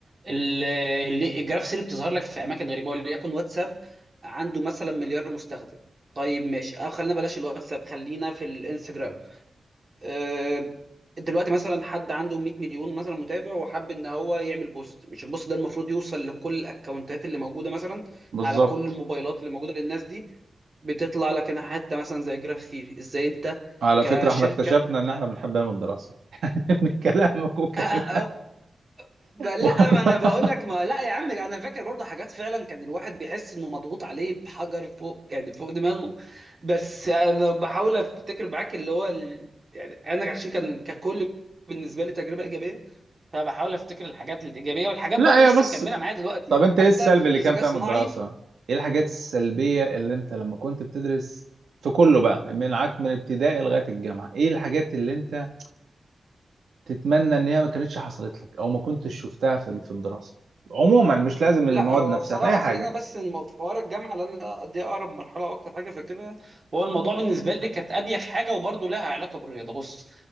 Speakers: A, on the right; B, on the right.
A: ال- اللي- الجراف سيري بتظهر لك في اماكن غريبه وليكن واتساب عنده مثلا مليار مستخدم طيب ماشي او خلينا بلاش الواتساب خلينا في الانستجرام آه، دلوقتي مثلا حد عنده 100 مليون مثلا متابع وحب ان هو يعمل بوست مش البوست ده المفروض يوصل لكل الاكونتات اللي موجوده مثلا
B: بالظبط
A: على كل الموبايلات اللي موجوده للناس دي بتطلع لك هنا حته مثلا زي جراف ثيري ازاي انت
B: على
A: كشركه
B: فكره احنا اكتشفنا ان احنا بنحب ايام الدراسه <laughs> من كلامك وكلام
A: <laughs> ب- لا
B: <laughs> والله
A: ما انا بقول لك ما لا يا عم انا فاكر برضه حاجات فعلا كان الواحد بيحس انه مضغوط عليه بحجر فوق يعني فوق دماغه بس انا بحاول افتكر معاك اللي هو ال... يعني انا عشان كان ككل بالنسبه لي تجربه ايجابيه فبحاول افتكر الحاجات الايجابيه والحاجات
B: لا
A: برضه لسه
B: يا بص
A: مكمله معايا دلوقتي
B: طب
A: يعني
B: انت
A: حتى
B: ايه السلبي اللي
A: في
B: كان
A: الذكاء
B: فيها
A: الصناعي
B: من الدراسة ايه الحاجات السلبية اللي انت لما كنت بتدرس في كله بقى من عك من ابتدائي لغاية الجامعة ايه الحاجات اللي انت تتمنى ان هي ما كانتش حصلت لك او ما كنتش شفتها في في الدراسة عموما مش لازم
A: لا
B: المواد
A: هو
B: نفسها
A: بصراحة
B: في اي
A: خلينا
B: حاجة
A: بس نم- في حوار الجامعة لأن دي أقرب مرحلة أكتر حاجة فاكرها هو الموضوع بالنسبة لي كانت أريح حاجة وبرضه لها علاقة بالرياضة بص